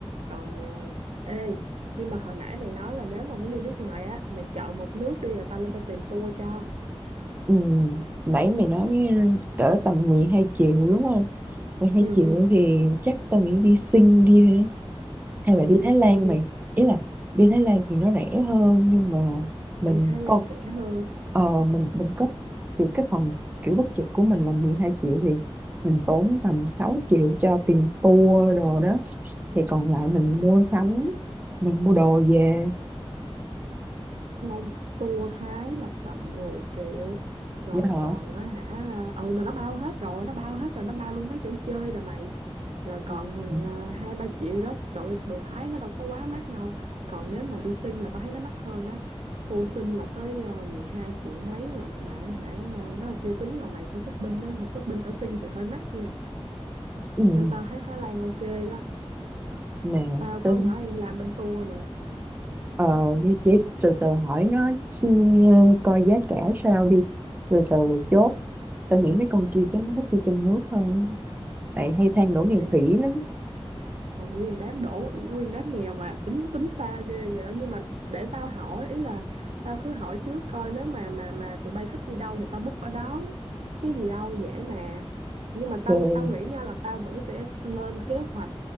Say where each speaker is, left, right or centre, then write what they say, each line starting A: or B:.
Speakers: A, on the right (about 85°); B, on the right (about 15°).
A: còn à, ê nhưng mà hồi nãy mày nói là nếu mà muốn đi nước ngoài á mày chọn một nước đi rồi tao lên tao tìm tour cho
B: ừ. nãy mày nói cỡ tầm 12 triệu đúng không mười Hai
A: ừ ừ
B: triệu thì chắc tao nghĩ đi sinh đi ha hay là
A: ừ,
B: đi
A: đi
B: Thái Lan
A: Sing đi
B: mày ý là đi Thái Lan thì nó rẻ hơn nhưng mà mình
A: đi Thái Lan
B: có
A: rẻ hơn
B: ờ, mình mình có kiểu cái phần kiểu bất trực của mình là mười hai triệu thì mình tốn tầm 6 triệu cho tiền tour đồ đó thì còn lại mình mua sắm mình mua đồ về
A: không tour Thái là tầm mười triệu rồi
B: dạ hả
A: còn á hả ừ là nó bao hết rồi nó bao hết rồi nó bao luôn mấy chỗ chơi rồi mày rồi
B: ừ.
A: còn
B: ừ.
A: à, hai ba triệu đó trời ơi, đồ Thái nó đâu có quá mắc đâu còn nếu mà đi Sinh là tao thấy nó mắc hơn á tour Sinh là tới ờ, 12 triệu mấy rồi mà hả nó là chưa tính là mày phải shopping á mà shopping ở Sinh thì hơi mắc nha
B: Ừ,
A: nên tao thấy Thái Lan ok đó
B: mà
A: tao có
B: tính
A: nhỏ em làm bên tour nè
B: ờ vậy vậy từ từ hỏi nó ừ, coi giá cả sao đi từ từ chốt tao nghĩ mấy con kia chắc nó thích đi trong nước hơn bạn hay than
A: ừ,
B: đổ nghèo
A: thì
B: khỉ lắm
A: Rồi Nguyên đám đổ nguyên đám nghèo mà tính tính xa ghê vậy nhưng mà để tao hỏi ý là tao cứ hỏi trước coi nếu mà mà mà tụi bay thích đi đâu thì tao book ở đó chứ gì đâu dễ mà nhưng mà tao
B: ừ.
A: tao nghĩ nha là tao vẫn sẽ lên kế hoạch